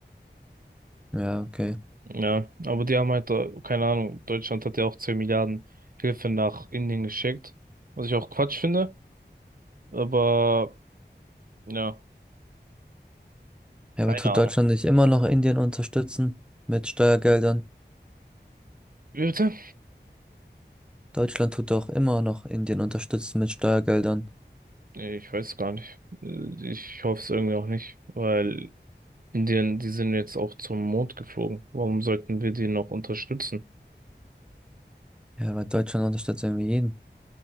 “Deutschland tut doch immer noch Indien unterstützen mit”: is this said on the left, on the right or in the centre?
Centre